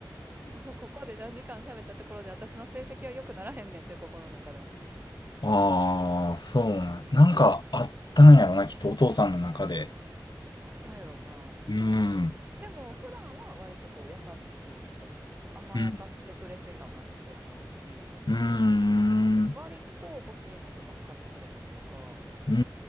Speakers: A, on the right; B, on the left.
A: 今ここで何時間喋ったところで私の成績は良くならへんねんって心の中で思ってた。
B: ああ、そうな。なんかあったんやろな、
A: うん。
B: きっとお父さんの中で。
A: あったんやろうな。
B: うん。
A: でも普段は割とこう優しい人、甘やかしてくれてたなって思うし、
B: うん。うん。
A: 割と欲しいもんとかも買ってくれたりとか、
B: うん。う